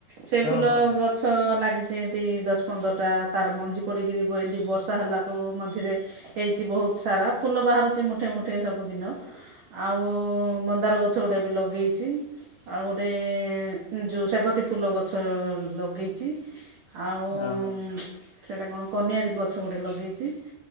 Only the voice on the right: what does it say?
ସେଇ
ଫୁଲ
ଗଛ। ଗଛ ଲାଗିଛି ଏମିତି ଦଶ ପନ୍ଦରଟା ତାର ମଞ୍ଜି ପଡ଼ିକିରି ଏମିତି ବର୍ଷା ହେଲା। ଆଉ ମଝିରେ ହେଇଛି ବହୁତ ସାରା ଫୁଲ ବାହାରୁଛି ମୁଠେ ମୁଠେ ସବୁଦିନ। ଆଉ ମନ୍ଦାର ଗଛ ଗୁଟେ ଏବେ ଲଗେଇଛି। ଆଉ ଗୋଟେ ଯୋଉ ସେବତୀ ଫୁଲ ଗଛ ଲଗେଇଛି ଆଉ।
ସେଇଟା କଣ କନିଆର ଗଛ ଗୋଟେ ଲଗେଇଛି।